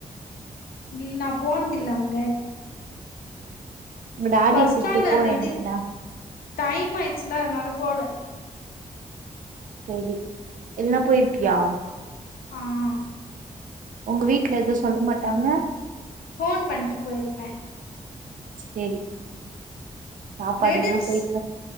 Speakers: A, on the left (about 80°); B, on the right (about 60°).
A: இல் நா போன்தில்ல அங்க
B: உங்க டாடிய
A: பஸ் ஸ்டாண்ட்
B: கூப்ட்டு போ
A: அந்தந்தி
B: எனக்கு நா
A: டைம் ஆய்ச்சுல அதனால போல
B: சேரி இல்லனா போய்ருப்பியா
A: ஆ
B: உங்க வீட்ல எது சொல்ல மாட்டாங்க
A: போன் பண்ணிட்டு போய்ருப்ப
B: சேரி சாப்பாடுக்குனா
A: ரெடில்ஸ்
B: போயிட்டு